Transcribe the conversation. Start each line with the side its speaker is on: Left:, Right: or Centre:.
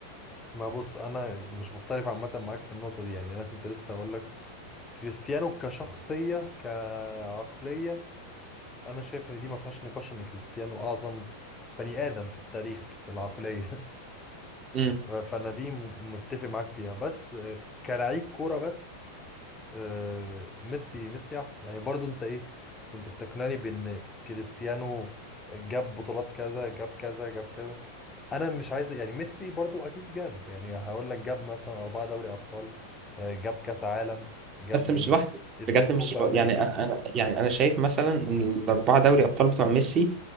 Left: ما بص أنا مش مختلف عامة معاك في النقطة دي يعني أنا كنت لسه هقول لك كريستيانو كشخصية كعقلية أنا شايف إن دي ما فيهاش نقاش إن كريستيانو أعظم بني آدم في التاريخ في العقلية
Right: مم.
Left: <laughs> ف- فأنا دي م- متفق معاك فيها بس آه، كلاعب كورة بس آه، ميسي ميسي احسن يعني برضو انت ايه كنت بتقنعني بان كريستيانو جاب بطولات كذا جاب كذا جاب كذا انا مش عايز يعني ميسي برضو اكيد جاب يعني هقول لك جاب مثلا اربعة دوري ابطال آه، جاب كاس عالم جاب
Right: بس مش لوحده
Left: اتنين
Right: بجد مش
Left: كوبا
Right: لو-
Left: امريكا
Right: يعني أنا أنا- يعني أنا شايف مثلا إن الأربعة دوري أبطال بتوع ميسي